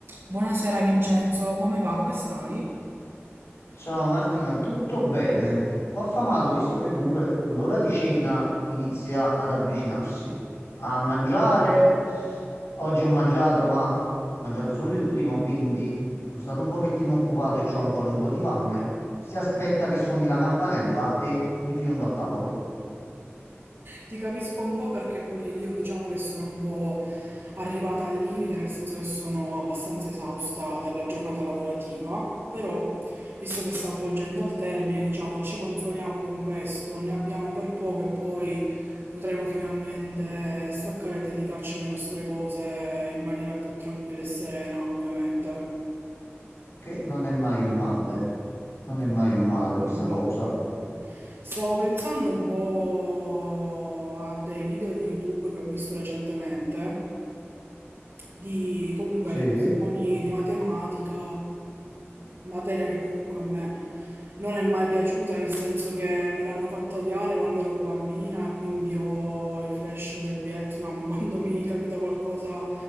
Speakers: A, on the right; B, on the left.
A: Buonasera Vincenzo, come va? Come stai?
B: Ciao Martina, tutto bene? Un po' affamato visto che comunque l'ora di cena inizia ad avvicinarsi. A mangiare, oggi ho mangiato, ma ho mangiato solo il primo, quindi sono stato un pochettino occupato e ho ancora un po' di fame. Si aspetta che suoni la campanella e mi fiondo a tavola,
A: Ti capisco un po' perché pure io diciamo che sono un po' arrivata al limite, nel senso che sono abbastanza esausta dalla giornata lavorativa, però visto che sta avvolgendo al termine, diciamo ci consoliamo con questo, ne abbiamo per poco e poi potremo finalmente staccare e dedicarci alle nostre cose in maniera più tranquilla e serena, ovviamente.
B: che non è mai un male. Non è mai
A: Infatti,
B: un male questa
A: infatti.
B: cosa.
A: Stavo pensando un po' a dei video di YouTube che ho visto recentemente, di comunque
B: Sì.
A: lezioni di matematica, materia che comunque a me non è mai piaciuta, nel senso che me l'hanno fatta odiare quando ero bambina e quindi ho i flash del Vietnam <laughs> quando mi capita qualcosa